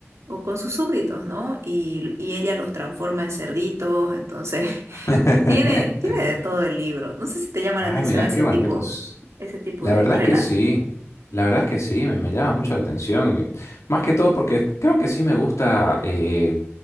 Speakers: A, on the right; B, on the left.
A: o con sus súbditos, ¿no? Y, y ella los transforma en cerditos, entonces <laughs>
B: <laughs>
A: tiene, tiene de todo el libro. No sé si te llama
B: Ay,
A: la atención
B: mira
A: ese
B: qué bonitos.
A: tipo, ese tipo
B: La
A: de
B: verdad
A: relato.
B: que sí. La verdad que sí, me, me llama mucho la atención. Más que todo porque creo que sí me gusta eh,